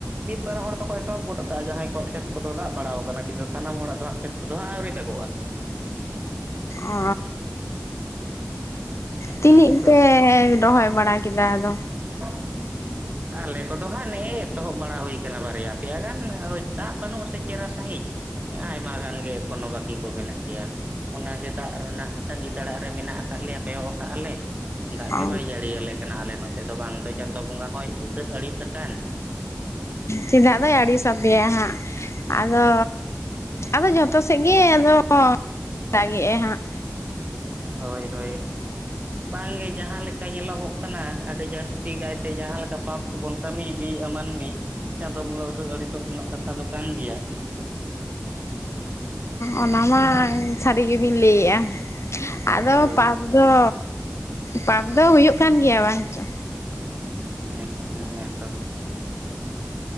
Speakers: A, on the right (about 35°); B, on the left (about 85°).
A: ᱢᱤᱫ ᱵᱟᱨ ᱦᱚᱲ ᱫᱚᱠᱚ ᱮᱛᱚᱦᱚᱵ ᱜᱚᱫ ᱟᱠᱟᱫᱟ ᱡᱟᱦᱟᱸᱭ ᱠᱚᱣᱟᱜ ᱠᱷᱮᱛ ᱠᱚᱫᱚ ᱫᱟᱜ ᱵᱟᱲᱟᱣ ᱠᱟᱱᱟ ᱠᱤᱱᱛᱩ ᱥᱟᱱᱟᱢ ᱦᱚᱲᱟᱜ ᱫᱚ ᱦᱟᱸᱜ ᱠᱷᱮᱛ ᱠᱚᱫᱚ ᱦᱟᱸᱜ ᱟᱹᱣᱨᱤ ᱫᱟᱜᱚᱜᱼᱟ᱾
B: ᱚ
A: ᱦᱩᱸ
B: ᱛᱤᱱᱤᱜ
A: ᱛᱚ
B: ᱯᱮ ᱨᱚᱦᱚᱭ ᱵᱟᱲᱟ ᱠᱮᱫᱟ ᱟᱫᱚ?
A: <inaudible> ᱟᱞᱮ ᱠᱚᱫᱚ ᱦᱟᱸᱜ ᱱᱮᱜᱼᱮ ᱮᱛᱚᱦᱚᱵ ᱵᱟᱲᱟ ᱦᱩᱭ ᱠᱟᱱᱟ ᱵᱟᱨᱭᱟ ᱯᱮᱭᱟ ᱜᱟᱱ ᱫᱟᱜ ᱵᱟᱹᱱᱩᱜ ᱟᱥᱮ ᱪᱮᱦᱨᱟ ᱥᱟᱹᱦᱤᱡ, ᱟᱭᱢᱟ ᱜᱟᱱ ᱜᱮ ᱮᱠᱷᱚᱱᱚ ᱵᱟᱹᱠᱤ ᱠᱚ ᱢᱮᱱᱟᱜ ᱜᱮᱭᱟ᱾ ᱚᱱᱟᱜᱮ ᱫᱟᱜ ᱨᱮᱱᱟᱜ ᱛᱟᱺᱜᱤ ᱛᱟᱲᱟᱜ ᱨᱮ ᱢᱮᱱᱟᱜ ᱟᱠᱟᱫ ᱞᱮᱭᱟ ᱠᱚᱭᱚᱜ ᱟᱠᱟᱫ ᱞᱮ ᱫᱟᱜ
B: ᱚ
A: ᱜᱮ ᱵᱟᱭ ᱡᱟᱹᱲᱤᱭ ᱟᱞᱮ ᱠᱟᱱᱟ ᱟᱞᱮ ᱱᱚᱛᱮ ᱫᱚ ᱵᱟᱝ ᱫᱚ ᱪᱟᱸᱫᱚ ᱵᱚᱸᱜᱟ ᱦᱚᱸᱭ ᱩᱥᱟᱹᱫ ᱟᱹᱰᱤᱥ ᱟᱠᱟᱱ᱾
B: ᱪᱮᱫᱟᱜ ᱫᱚᱭ ᱟᱹᱲᱤᱥ ᱟᱯᱮᱭᱟ ᱦᱟᱸᱜ ᱟᱫᱚ ᱟᱫᱚ ᱡᱚᱛᱚ ᱥᱮᱫ ᱜᱮ ᱟᱫᱚ ᱫᱟᱜ ᱮᱜᱟᱭ ᱦᱟᱸᱜ
A: ᱦᱳᱭ ᱦᱳᱭ᱾ ᱵᱟᱝᱜᱮ ᱡᱟᱦᱟᱸ ᱞᱮᱠᱟ ᱧᱮᱞᱚᱜᱚᱜ ᱠᱟᱱᱟ ᱟᱹᱰᱤ ᱡᱟᱹᱥᱛᱤ ᱠᱟᱭᱛᱮ ᱡᱟᱦᱟᱸ ᱞᱮᱠᱟ ᱯᱟᱯ ᱠᱚᱵᱚᱱ ᱠᱟᱹᱢᱤ ᱤᱫᱤᱭᱮᱫᱼᱟ ᱢᱟᱹᱱᱢᱤ ᱪᱟᱸᱫᱚ ᱵᱚᱸᱜᱟ ᱩᱥᱟᱹᱫ ᱟᱹᱲᱤᱥᱚᱜ ᱨᱮᱱᱟᱜ ᱠᱟᱛᱷᱟ ᱫᱚ ᱠᱟᱱ ᱜᱮᱭᱟ᱾
B: ᱚᱱᱟ ᱢᱟ ᱥᱟᱹᱨᱤ ᱜᱮᱵᱤᱱ ᱞᱟᱹᱭᱮᱜᱼᱟ᱾ ᱟᱫᱚ
A: ᱦᱳᱭ
B: ᱯᱟᱯ ᱟᱫᱚ ᱯᱟᱯ ᱫᱚ ᱦᱩᱭᱩᱜ ᱠᱟᱱ ᱜᱮᱭᱟ ᱵᱟᱝ ᱪᱚ,
A: ᱦᱮᱸ ᱛᱚ᱾